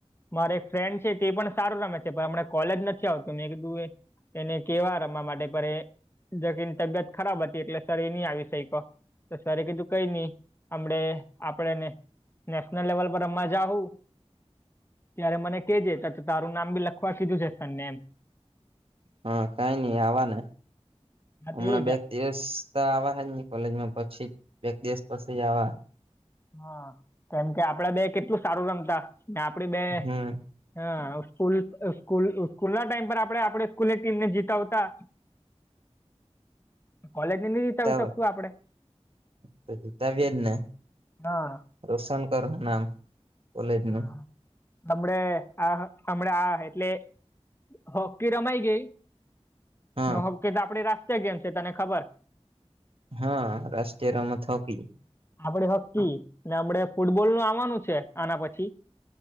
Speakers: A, on the left; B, on the right.
A: મારે એક ફ્રેન્ડ છે તે પણ સારું રમે છે પણ હમણા કોલેજ નથી આવતો મેં કીધું એ એને કેવા રમ મા માટે પણ એ જોકે એની તબિયત ખરાબ હતી એટલે સર એ નહી આવી સઈકો. તો સરે કીધું કઈ નહીં. હમણે આપડેને નેશનલ લેવલ પર રમવા જાહુ. ત્યારે મને કેજે તો ત તારું નામ બી લખવા કીધું છે સરને એમ.
B: હા કઈ નઈ આવાને.
A: હા
B: હમણાં
A: તે
B: બે
A: જ
B: દિવસ તો આવા હજ નહી કોલેજમાં પછી બે એક દિવસ પછી આવા.
A: હા કેમ કે આપડા બે કેટલું સારું રમતા ને આપડી બે
B: હમ
A: હા હવે સ્કૂલ સ્કૂલ સ્કૂલના ટાઈમ પર આપણે આપણે સ્કૂલની ટીમને જીતાવતા. કોલેજને ની
B: જીતાવ
A: જીતાવી શકશું આપડે?
B: તો જીતાવી એજ ને.
A: હા
B: રોશન કર નામ. કોલેજ
A: હા
B: નુ
A: હમણે આ હમણા આ એટલે હોકી રમાઈ ગઈ.
B: હા
A: ને હોકી તો આપડી રાષ્ટ્ર ગેમ છે તને ખબર.
B: હા રાષ્ટ્રીય રમત હોકી.
A: આપણે હોકી ને આપડે ફૂટબોલનું આવાનું છે. આના પછી